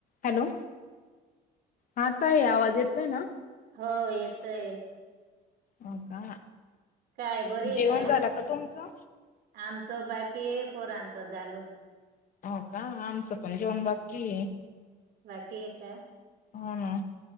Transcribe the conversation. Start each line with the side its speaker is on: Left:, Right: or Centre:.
Left: Hello हाताय आवाज येत आहे ना
Right: हो येतय
Left: हो का
Right: काय बरी आहे
Left: जेवण
Right: का
Left: झालं तुमचं?
Right: आम बाकी ए पोरांत झालं
Left: हो का आमचं पण जेवण बाकी
Right: वाच का
Left: हो ना